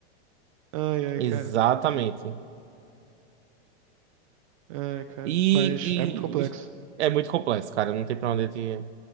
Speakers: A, on the right; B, on the right.
A: Ai, ai,
B: Exatamente.
A: cara. Ai, cara.
B: E,
A: Mas é muito complexo.
B: e é muito complexo, cara. Não tem pra onde te